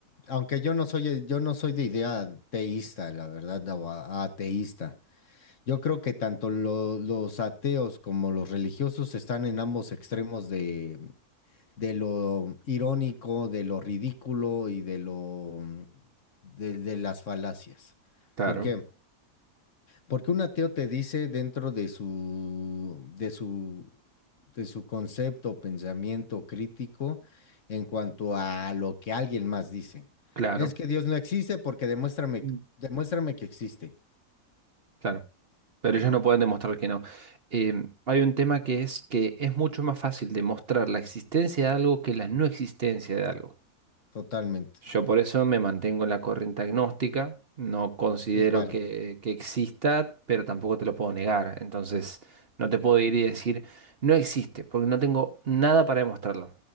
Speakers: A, on the left; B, on the right.
A: aunque yo no soy, yo no soy de idea teísta, la verdad, o a- ateísta. Yo creo que tanto lo- los ateos como los religiosos están en ambos extremos de, de lo irónico, de lo ridículo y de lo mm, de, de las falacias.
B: Claro,
A: ¿Por qué? Porque un ateo te dice dentro de su, de su, de su concepto, pensamiento crítico en cuanto a lo que alguien más dice.
B: claro,
A: Es que Dios no existe porque demuéstrame,
B: Mm.
A: que- demuéstrame que existe,
B: Claro. Pero
A: ¿no?
B: ellos no pueden demostrar que no. Em, hay un tema que es que es mucho más fácil demostrar la existencia de algo que la no existencia de algo.
A: Totalmente.
B: Yo por eso me mantengo en la corriente agnóstica, no considero
A: Igual.
B: que, que exista, pero tampoco te lo puedo negar. Entonces, no te puedo ir y decir, no existe, porque no tengo nada para demostrarlo.